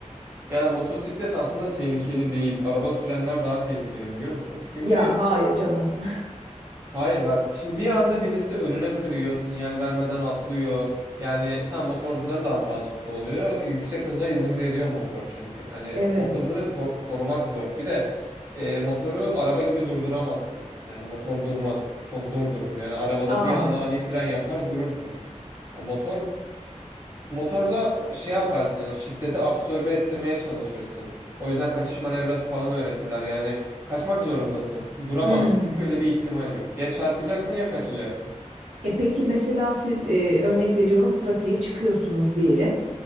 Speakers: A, on the right (about 20°); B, on the right (about 70°).
A: ya motosiklet aslında tehlikeli değil. Araba sürenler daha tehlikeli biliyor musun? Çünkü
B: Ya hayır canım. <laughs>
A: Hayır bak şimdi bir anda birisi önüne kırıyor sinyal vermeden atlıyor. Yani tam motorcuların da hatası oluyor. Yüksek hıza izin veriyor motor çünkü. Hani
B: Evet.
A: o hızı ko- korumak zor. Bir de e, motoru araba gibi durduramazsın. Yani motor durmaz. Çok zor durur. Yani arabada
B: Aa.
A: bir anda ani fren yapar durursun. Ama motor Motorda şey yaparsın hani şiddeti absorbe ettirmeye çalışırsın. O yüzden kaçış manevrası falan öğretirler. Yani kaçmak zorundasın. Duramazsın
B: Hmm.
A: çünkü öyle bir ihtimal yok. Ya çarpacaksın ya kaçacaksın.
B: E peki mesela siz e, örnek veriyorum trafiğe çıkıyorsunuz diyelim.